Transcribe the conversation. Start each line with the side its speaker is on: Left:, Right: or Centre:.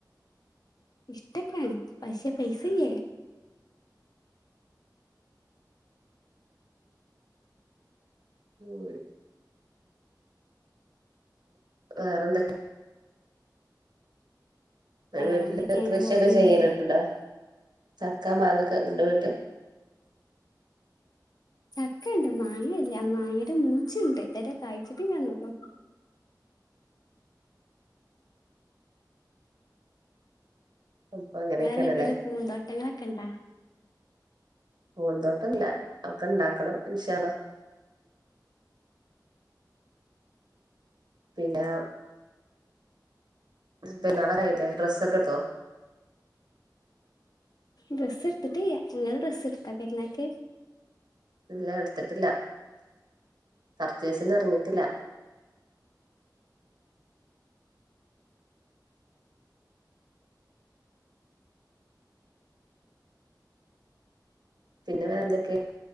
Left: ഇഷ്ട്ടൊക്കെയാണ് പക്ഷേ പൈസയില്ലെ
Right: ഉം വേറെന്തൊക്കെ ഇങ്ങടെ
Left: വേറെന്തൊക്കെയാണ്
Right: വീട്ടില് കൃഷിയൊക്കെ
Left: പോണുണ്ട്
Right: ചെയ്യലുണ്ടോ ചക്കാ മാങ്ങ ഒക്കെ ഇണ്ടോ വീട്ടിൽ
Left: ചക്ക ഇണ്ട് മാങ്ങയില്ല മാങ്ങയുടെ മൂച്ചിണ്ട് ഇത് വരെ കായ്ച്ചിട്ടില്ലാന്നേയുള്ളു
Right: അപ്പൊ അങ്ങനെയൊക്കെയാണല്ലേ
Left: ഇങ്ങടെ വീട്ടില് പൂന്തോട്ടങ്ങളൊക്കെ ഇണ്ടാ
Right: പൂന്തോട്ടം ഇല്ല ഒക്കെ ഇണ്ടാക്കണം ഇന്ഷാ അള്ളാ പിന്നെ പെരുന്നാൾ ആകാറായില്ലേ ഡ്രസ്സൊക്കെ എടുത്തോ
Left: ഡ്രസ്സ് എടുത്തിട്ടില്ല ഇങ്ങള് ഡ്രസ്സ് എടുത്താ പെരുന്നാൾക്ക്
Right: ഇല്ല എടുത്തിട്ടില്ല <unintelligible> പർച്ചേസിന് എറങ്ങീട്ടില്ല പിന്നെ വേറെന്തൊക്കെ